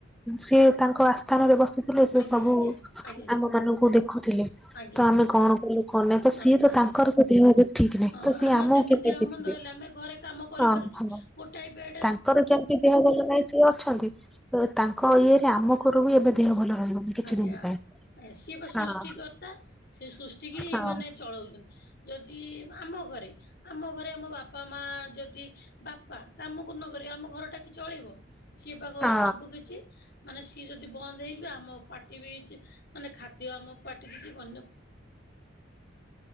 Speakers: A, in the centre; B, on the left.
A: ସେ ତାଙ୍କ ଆସ୍ଥାନରେ ବସିଥିଲେ ସେ
B: ଆଜ୍ଞା
A: ସବୁ
B: ଆଜ୍ଞା ଆଜ୍ଞା
A: ଆମ ମାନଙ୍କୁ ଦେଖୁଥିଲେ,
B: ଆଜ୍ଞା
A: ତ ଆମେ କଣ କଲୁ କଣ ନାଇ ତ
B: ଧନ୍ୟ
A: ସିଏ ତ
B: ଆଜ୍ଞା।
A: ତାଙ୍କର ତ ଦେହ ବି ଠିକ
B: ହଁ
A: ନାହିଁ ତ ସିଏ
B: ଆମର
A: ଆମକୁ
B: ଯେମିତି
A: କେମିତି
B: ଦେହ
A: ଦେଖିବେ,
B: ମୁଣ୍ଡ ହେଲେ ଆମେ ଘରେ କାମ କରିପାରୁଛୁ।
A: ହଁ ହଁ।
B: ଗୋଟାଏ ବେଡ଼
A: ତାଙ୍କର ଯେମିତି ଦେହ ଭଲ ନାହିଁ ସିଏ ଅଛନ୍ତି ତ ତାଙ୍କ ଇଏରେ ଆମ ଘରେ ବି ଏବେ ଦେହ ଭଲ ରହିବନି। କିଛି
B: ଆଜ୍ଞା
A: ଦିନ ପାଇଁ
B: ସିଏ ବା ସୃଷ୍ଟିକର୍ତ୍ତା,
A: ହଁ
B: ସିଏ ସୃଷ୍ଟି କି
A: ହଁ
B: ମାନେ ଚଳଉଛନ୍ତି ଯଦି ଆମ ଘରେ, ଆମ ଘରେ ଆମ ବାପା ମା ଯଦି ବାପା କାମକୁ ନ କରି ଆମ ଘରଟା କି ଚଳିବ? ସିଏ ବା ଗ
A: ହଁ
B: ସବୁ କିଛି ମାନେ ସିଏ ଯଦି ବନ୍ଦ ହେଇଯିବ, ଆମ ପାଟି ବି ମାନେ ଖାଦ୍ୟ ଆମ ପାଟିକି ଯିବନି ଆଉ!